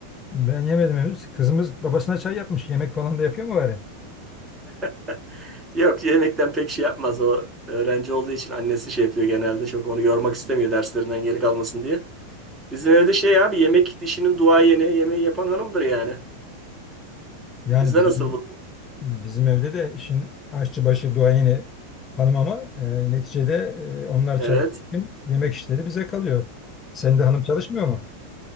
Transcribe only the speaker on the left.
ben yemedim henüz. Kızımız babasına çay yapmış. Yemek falan da yapıyor mu bari?
Yani
bizim
bizim evde de işin aşçı başı duayeni hanım ama e, neticede e, onlar
çalışırken yemek işleri bize kalıyor. Sen de hanım çalışmıyor mu?